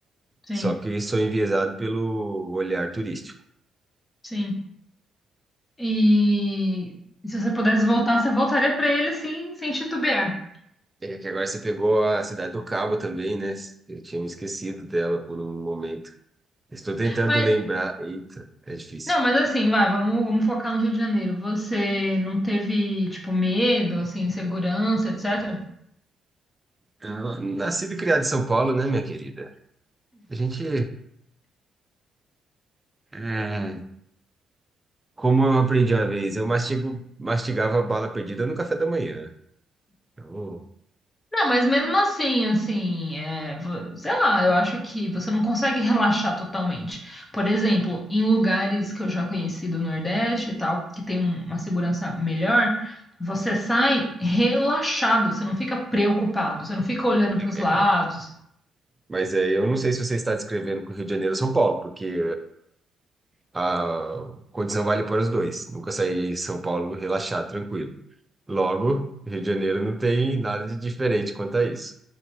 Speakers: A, on the left; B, on the right.
A: sim,
B: Só que sou enviesado pelo olhar turístico.
A: sim. E se você pudesse voltar, você voltaria para ele, sim, sem titubear.
B: É que agora você pegou a Cidade do Cabo também, né? Eu tinha me esquecido dela por um momento. Estou tentando
A: Mas
B: lembrar. Eita, é difícil.
A: Não, mas assim, vai, vamos, vamos focar no Rio de Janeiro. Você não teve, tipo, medo, assim, insegurança, etc?
B: Ah, Nascido e criado em São Paulo, né, minha querida? A gente, é, como eu aprendi uma vez, eu mastigo, mastigava bala perdida no café da manhã. Então,
A: Não, mas mesmo assim, assim, é, vo- sei lá, eu acho que você não consegue relaxar totalmente. Por exemplo, em lugares que eu já conheci do Nordeste e tal, que tem um- uma segurança melhor, você sai relaxado, você não fica preocupado, você não fica olhando para
B: é,
A: os lados.
B: mas é, eu não sei se você está descrevendo com o Rio de Janeiro ou São Paulo, porque a condição vale para os dois. Nunca saí em São Paulo relaxar, tranquilo. Logo, Rio de Janeiro não tem nada de diferente quanto a isso.